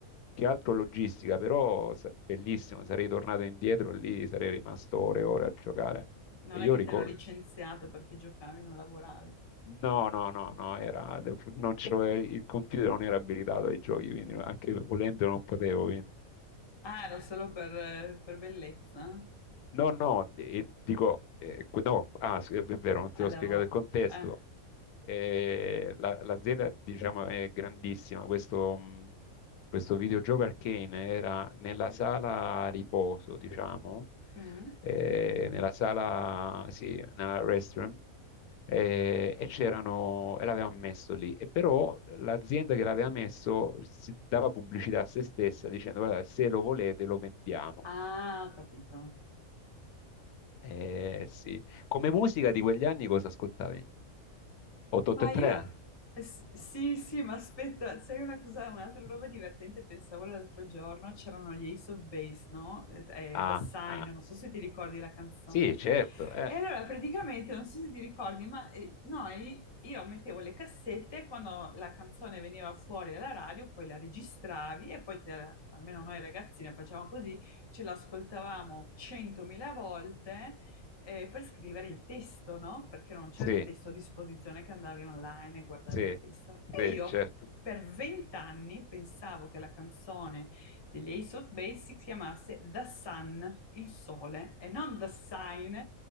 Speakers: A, on the left; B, on the left.
A: che altro logistica, però sa- bellissimo, sarei tornato indietro lì, sarei rimasto ore e ore a giocare.
B: Non
A: E io
B: è che
A: ricordo,
B: ti hanno licenziato perché giocavi, non lavoravi.
A: no, no, no, no, era, non c'ero- il computer non era abilitato ai giochi, quindi anche volendo non potevo. quindi.
B: Ah, era solo per, per bellezza?
A: No, no, e- dico, eh, que- no, ah, sì, è vero, non ti
B: Al
A: ho spiegato
B: lavoro.
A: il contesto.
B: Eh.
A: eh, la- l'azienda, diciamo, è grandissima. Questo, mh, questo videogioco Arcane era nella sala riposo, diciamo,
B: mm.
A: eh, nella sala, sì, nella restroom, eh, e c'erano, e l'avevano messo lì. E però l'azienda che l'aveva messo si dava pubblicità a se stessa dicendo, guarda, se lo volete lo vendiamo.
B: Ah, ho capito.
A: Eh, sì. Come musica di quegli anni cosa ascoltavi? 883?
B: Ma io, eh, s- sì, sì, ma aspetta, sai una cosa, un'altra roba divertente, pensavo l'altro giorno, c'erano gli Ace of Base, no? Eh,
A: Ah,
B: eh, The Sign,
A: ah,
B: non so se ti ricordi la canzone.
A: Sì, certo, eh,
B: E allora praticamente, non so se ti ricordi, ma eh, noi, io mettevo le cassette e quando la canzone veniva fuori alla radio, poi la registravi e poi, te- almeno noi ragazzine facevamo così, ce l'ascoltavamo centomila volte eh, per scrivere il testo, no? Perché non c'era
A: sì,
B: il testo a disposizione che andavi online e guardavi
A: sì,
B: il testo.
A: sì,
B: E io
A: certo.
B: per vent'anni pensavo che la canzone degli Ace of Base si chiamasse The Sun, il sole, e non The Sign,